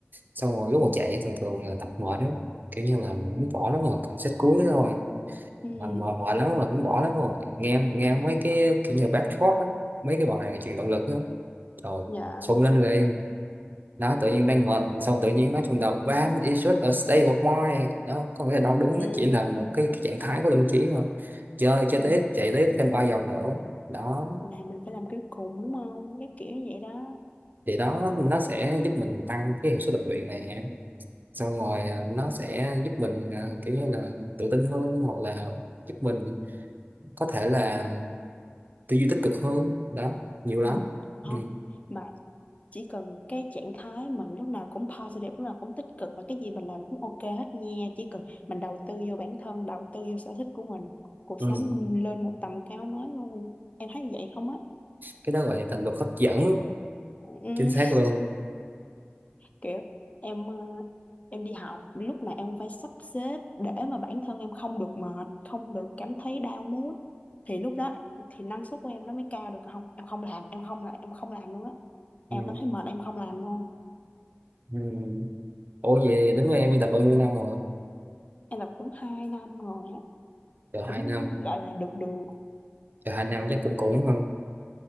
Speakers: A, on the right (about 50°); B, on the left (about 35°).
A: xong rồi lúc mà chạy thường thường là tập mệt lắm kiểu như là mình cũng bỏ lắm rồi còn set cuối thôi
B: ừ,
A: là mệt mệt lắm rồi cũng bỏ lắm rồi nghe nghe mấy cái kiểu như back talk á mấy cái bài truyền động lực đó rồi
B: dạ
A: xông lên liền đó tự nhiên đang ngợp xong tự nhiên nó trong đầu bam it's just a state of mind đó có nghĩa là đau
B: ừ,
A: đớn nó chỉ là một cái, cái trạng thái của tâm trí thôi chơi
B: ừ,
A: chơi tiếp chạy tiếp thêm ba vòng nữa đó
B: là mình phải làm cái cùng đúng không cái kiểu như vậy đó
A: thì đó nó sẽ giúp mình tăng cái hiệu suất tập luyện này xong rồi à, nó sẽ giúp mình à, kiểu như là tự tin hơn hoặc là giúp mình có thể là tư duy tích cực hơn đó nhiều
B: ừ
A: lắm
B: không
A: ừ.
B: mà chỉ cần cái trạng thái mình lúc nào cũng positive lúc nào cũng tích cực và cái gì mình làm cũng ok hết nha chỉ cần mình đầu tư vô bản thân đầu tư vô sở thích của mình cuộc
A: Ừ.
B: sống lên một tầm cao mới luôn em thấy vậy không á
A: cái đó gọi là thành luật hấp dẫn
B: Ừm,
A: chính xác luôn
B: kiểu em ờ, em đi học lúc nào em cũng phải sắp xếp để mà bản thân em không được mệt không được cảm thấy down mood thì lúc đó thì năng suất của em nó mới cao được còn không em không làm em không làm em không làm luôn á em
A: ừ.
B: cảm thấy mệt em không làm luôn
A: Ừ. ủa vậy đến với em đi tập bao nhiêu năm rồi
B: em làm cũng hai năm rồi á
A: chờ
B: cũng
A: hai năm
B: gọi là được được
A: chờ hai năm chắc cũng cũng hơn